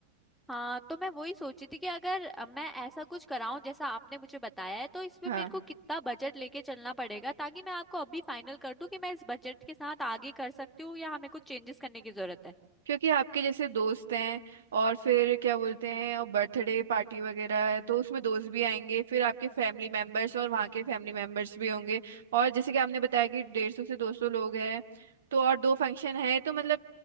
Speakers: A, in the centre; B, on the right (about 65°).
A: हाँ तो मैं वही सोची थी कि अगर अ, मैं ऐसा कुछ कराऊं जैसा आपने मुझे बताया है तो इसमें
B: हाँ
A: मेरे को कितना बजट लेके चलना पड़ेगा ताकि मैं आपको अभी फाइनल कर दूं कि मैं इस बजट के साथ आगे कर सकती हूँ या हमें कुछ चेंजेस करने की जरूरत है
B: क्योंकि आपके जैसे दोस्त हैं और फिर क्या बोलते हैं और बर्थडे पार्टी वगैरह है तो उसमें दोस्त भी आएंगे फिर आपके फैमिली मेंबर्स और वहाँ के फैमिली मेंबर्स भी होंगे और जैसे कि आपने बताया कि डेढ़ सौ से दो सौ लोग हैं तो और दो फंक्शन है तो मतलब